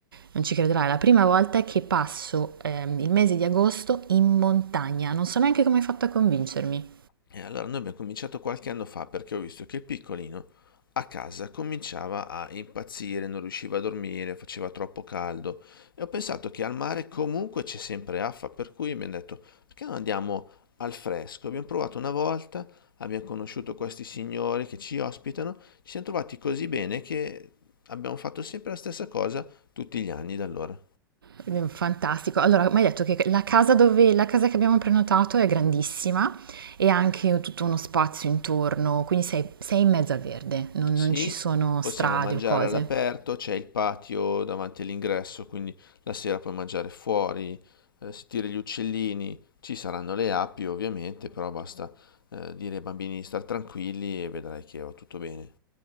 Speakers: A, on the right; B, on the left.
A: non ci crederai, è la prima volta che passo, ehm, il mese di agosto in montagna. Non so neanche come hai fatto a convincermi.
B: E allora noi abbiamo cominciato qualche anno fa perché ho visto che il piccolino a casa cominciava a impazzire, non riusciva a dormire, faceva troppo caldo e ho pensato che al mare comunque c'è sempre affa, per cui mi hanno detto perché non andiamo al fresco? Abbiamo provato una volta, abbiamo conosciuto questi signori che ci ospitano, ci siamo trovati così bene che abbiamo fatto sempre la stessa cosa tutti gli anni da allora.
A: Quindi, Fantastico. Allora, mi hai detto che la casa, dove, la casa che abbiamo prenotato è grandissima e ha anche tutto uno spazio intorno, quindi sei, sei in mezzo al verde, non,
B: Sì,
A: non ci sono
B: possiamo
A: strade
B: mangiare
A: o cose.
B: all'aperto, c'è il patio davanti all'ingresso, quindi la sera puoi mangiare fuori, eh, sentire gli uccellini, ci saranno le api ovviamente, però basta eh, dire ai bambini di star tranquilli e vedrai che va tutto bene.